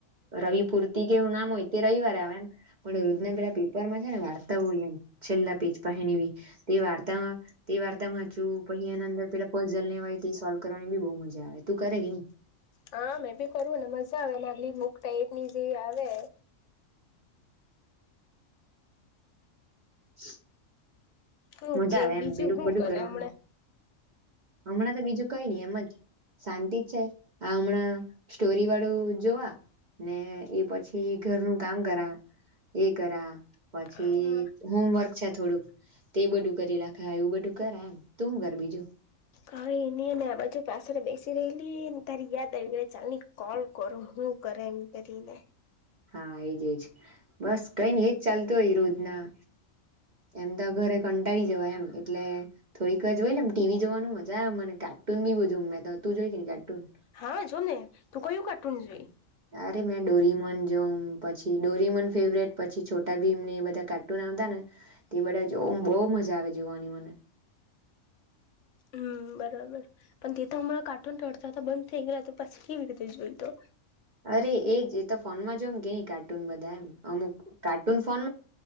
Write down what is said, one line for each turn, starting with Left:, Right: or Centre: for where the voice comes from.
Right: રવિ પૂરતી કેવું નામ હોય તે રવિવારે આવે એમ પણ રોજના પેલા પેપરમાં છે ને વાર્તા હોય એમ છેલ્લા પેજ પાંહે ને એવી વાર્તામાં તે વાર્તા વાંચું પહી પછી એના અંદર પેલા પઝલ ને એવા હોય તે સોલ કરવાની બી બોહ મજા આવે તું કરે કે ની
Left: હા મેં ભી કરુ ને મજા આવે નાલી બુક ટાઈપની જે આવે
Right: <inaudible>
Left: હું
Right: મજા
Left: કે
Right: આવે એમ
Left: બીજું
Right: પેલું
Left: હું
Right: બધું
Left: કરે
Right: કરવાનું
Left: હમણે.
Right: હમણાં તો બીજું કઈ નહી એમ જ શાંતિ છે આ હમણાં સ્ટોરી વાળું જોવા. ને એ પછી ઘરનું કામ કર્યા. એ કરા પછી
Left: હા
Right: હોમવર્ક છે થોડુંક. તે એ બધું કરી નાખે એવું બધું કરાય એમ તું શું કર બીજું.
Left: કઈ નઈ ને આ બાજુ પાછળ બેસી રલી ને તારી યાદ આવી ગ ચાલ ને કોલ કરો શું કરે એમ કરી ને.
Right: હા એજ એજ બસ કઈ ન એજ ચાલતું હોય રોજ ના. એમ તો ઘરે કંટાળી જવાય એમ એટલે થોડીક વાર જોય એમ ટીવી જોવાનું મજા આવે મને કા પાટ બી બજું તો તું જો જઈ કેને ચટન <inaudible>
Left: હા જો ને તું કયું કાટવ જોઈ.
Right: અરે મે ડોરીમન જોમ પછી ડોરીમન ફેવરેટ પછી છોટા ભીને બધા્ટ બા બહ મજા આવે જોવાની મને.
Left: હમ <unintelligible> બરાબર પણ તે તો હમણાં કાર્ટૂન રડતા હતા બંધ થઈ ગયા તો પછી કેવી રીતે જોઈ તો.
Right: અરે એ એ તો ફોનમાં જો એમ કે ન કાર્ટૂન બધા એમ અમુક કાર્ટૂન ફોન.